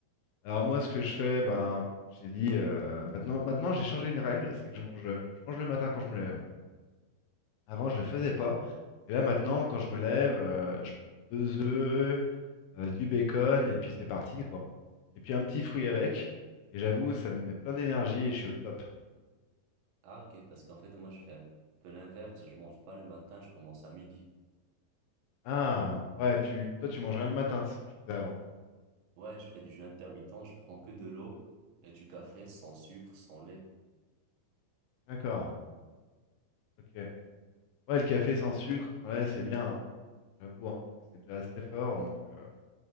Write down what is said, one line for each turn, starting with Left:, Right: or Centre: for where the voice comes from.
Left: Alors moi, ce que je fais, ben, comme je t'ai dit, euh, maintenant, maintenant j'ai changé une règle, c'est que je mange, euh, je mange le matin quand je me lève. Avant, je le faisais pas. Et là, maintenant, quand je me lève, euh, je prends deux œufs, euh, du bacon, et puis c'est parti, quoi. Et puis un petit fruit avec. Et j'avoue, ça me met plein d'énergie et je suis au top.
Right: Ah, ok, parce qu'en fait, moi, je fais un peu l'inverse. Je mange pas le matin, je commence à midi.
Left: Ah, ouais, tu, toi, tu mangerais le matin, c'est ce que je faisais avant.
Right: Ouais, je fais du jeûne intermittent, je prends que de l'eau et du café sans sucre, sans lait.
Left: D'accord, ok. Ouais, le café sans sucre, sans lait, c'est bien, hein, j'avoue, hein, parce que c'est déjà assez fort, donc euh,